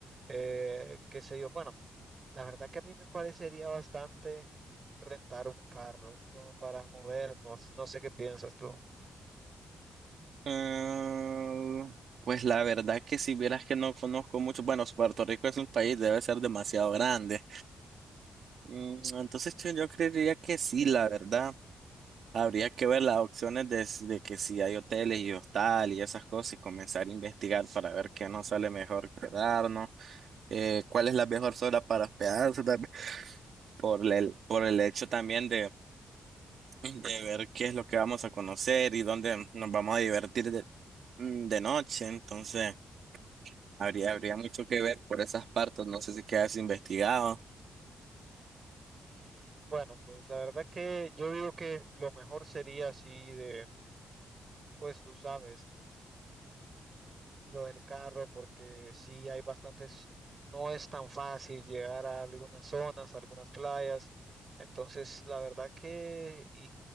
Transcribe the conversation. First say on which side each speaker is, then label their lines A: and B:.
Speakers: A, on the right; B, on the right.
A: eh, qué sé yo, bueno. La verdad que a mí me parecería bastante rentar un carro como para movernos. No sé qué piensas tú.
B: Ah, pues la verdad que si vieras que no conozco mucho, bueno, Puerto Rico es un país, debe ser demasiado grande. Mm, Entonces yo, yo creería que sí, la verdad. Habría que ver las opciones de, s- de que si hay hoteles y hostal y esas cosas y comenzar a investigar para ver qué nos sale mejor quedarnos, eh, cuál es la mejor zona para hospedarse también, por el, por el hecho también de ver qué es lo que vamos a conocer y dónde nos vamos a divertir de, mm, de noche. Entonces, habría, habría mucho que ver por esas partes. No sé si quedas investigado.
A: Mm, bueno, pues la verdad que yo digo que lo mejor sería así de, pues tú sabes. lo del carro, porque sí hay bastantes, no es tan fácil llegar a algunas zonas, a algunas playas. Entonces, la verdad que y-